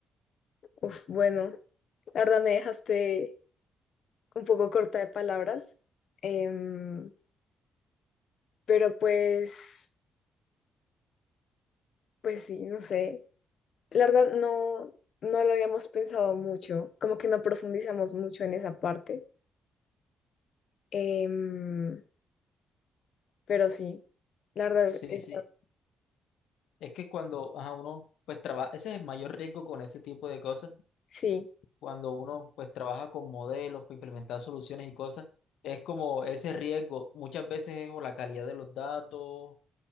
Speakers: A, on the left (about 65°); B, on the left (about 80°).
A: Uf, bueno, La verdad me dejaste un poco corta de palabras, em, pero pues, pues sí, no sé. La verdad no, no lo habíamos pensado mucho, como que no profundizamos mucho en esa parte, em, pero sí, la verdad,
B: Sí,
A: eh,
B: sí. Es que cuando ajá, uno pues trabaja, ese es el mayor riesgo con ese tipo de cosas,
A: sí,
B: cuando uno pues trabaja con modelos, para implementar soluciones y cosas, es como ese riesgo, muchas veces es o la calidad de los datos